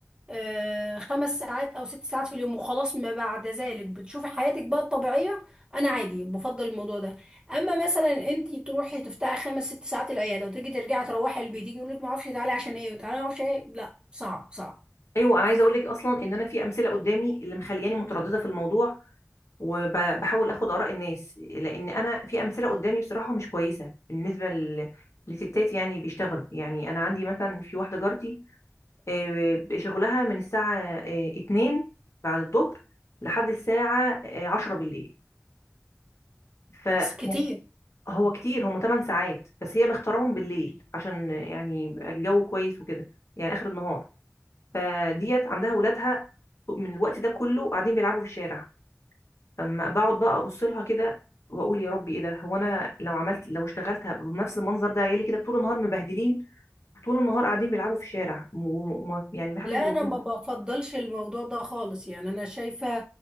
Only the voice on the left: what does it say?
ايوه انا عايزه اقول لك اصلا ان انا في امثله قدامي اللي مخلياني متردده في الموضوع وبحاول اخد اراء الناس لان انا في امثله قدامي بصراحه مش كويسه بالنسبه ل- لستات يعني بيشتغلوا يعني انا عندي مثلا في واحده جارتي آه، شغلها من الساعة آه، 2 بعد الظهر لحد الساعة آه، 10 بالليل ف-
فهو كتير هم 8 ساعات بس هي مختارهم بالليل عشان آه، يعني يبقى الجو كويس وكده يعني آخر النهار فديت عندها ولادها من الوقت ده كله قاعدين بيلعبوا في الشارع فما بقعد بقى ابص لها كده واقول يا ربي ايه ده هو انا لو عملت لو اشتغلت هبقى بنفس المنظر ده عيالي كده طول النهار مبهدلين وطول النهار قاعدين بيلعبوا في الشارع وم- وم- يعني محدش
بيكون